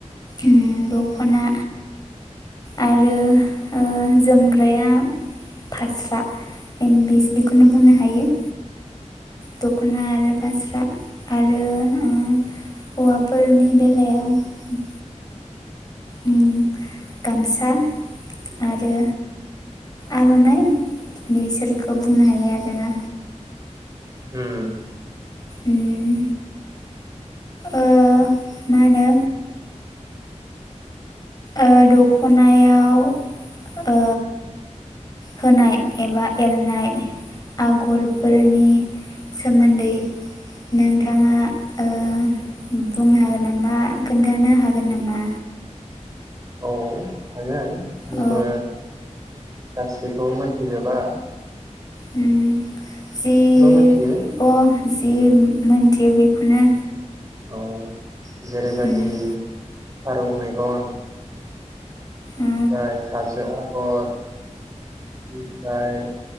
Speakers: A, on the left; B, on the right.
A: उम दख'ना, आरो ओ जोमग्राया फास्रा एमबिस बेखौनो बुंनो हायो। दख'ना आरो फास्रा। आरो ओ हौवाफोरनि बेलायाव उम गामसा आरो आर'नाइ बिसोरखौ बुंनो हायो आरोना।
B: उम।
A: उम ओ मा होनो ओ दख'नायाव ओ होनाय एबा एरनाय आगरफोरनि
B: औ
A: सोमोन्दै नोंथाङा ओ बुंनो हागोन नामा खोन्थानो हागोन नामा?
B: औ। हायो‌ हायो आंबो
A: औ
B: गासैखौबो मोन्थिजोबा।
A: उम। जि
B: मोनथियो
A: अ जि
B: उम
A: मोन्थियो बि खौनो
B: औ जेरैबादि
A: उम
B: फारौ मेगन
A: ओ
B: ओमफ्राय हाजो आगर ओमफ्राय